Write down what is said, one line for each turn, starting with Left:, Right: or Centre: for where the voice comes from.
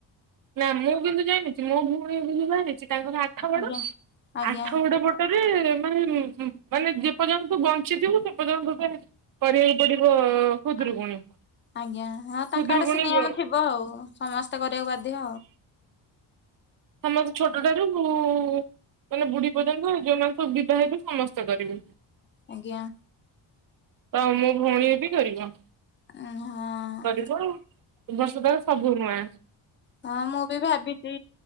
Right: ନା ମୁଁ କିନ୍ତୁ ଜାଣିଛି ମୋ ଭଉଣୀ କୁ ଯିଏ ବାହା ହେଇଛି ତାଙ୍କ ଘର ଆଠଗଡ।
Left: ଆଜ୍ଞା ଆଜ୍ଞା
Right: ଆଠଗଡ ପ ରେ ମାନେ ମାନେ ଯେପର୍ଯ୍ୟନ୍ତ ତୁ ବଞ୍ଚିଥିବୁ ସେପର୍ଯ୍ୟନ୍ତ ତତେ କରିବାକୁ ପଡିବ ଖୁଦୁରୁକୁଣୀ
Left: ଆ ଆଜ୍ଞା ହଁ ତାଙ୍କ
Right: ଖୁଦୁରୁକୁଣୀ
Left: ଆଡେ ସେ ନିୟମ
Right: ହଁ
Left: ଥିବ ଆଉ। ସମସ୍ତେ କରିବାକୁ ବାଧ୍ୟ।
Right: ସମସ୍ତେ ଛୋଟ ଠାରୁ ବୁ ମାନେ ବୁଢୀ ପର୍ଯ୍ୟନ୍ତ ଯୋଉମାନେ ସବୁ ବିବାହିତ ସମସ୍ତେ କରିବେ।
Left: ଆଜ୍ଞା।
Right: ତ ମୋ ଭଉଣୀ ବି କରିବ।
Left: ହଁ।
Right: କରିବ ଆଉ। ଏ ବର୍ଷ ତର ସବୁ ନୂଆଁ।
Left: ହଁ ମୁଁ ବି ଭାବିଛି